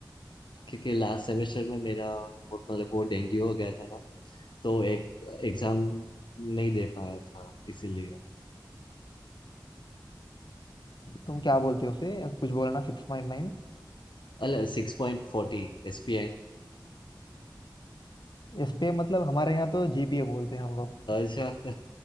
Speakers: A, on the left; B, on the left.
A: क्योंकि लास्ट सेमेस्टर में मेरा वो- मतलब वो डेंगू हो गया था ना तो एक एग्जाम नहीं दे पाया था इसीलिए
B: तुम क्या बोलते हो उसे कुछ बोला ना सिक्स पॉइंट नाइन
A: अल six point forty S P I
B: इस पे मतलब हमारे यहाँ तो जीपीए बोलते हैं हम लोग
A: अच्छा <laughs>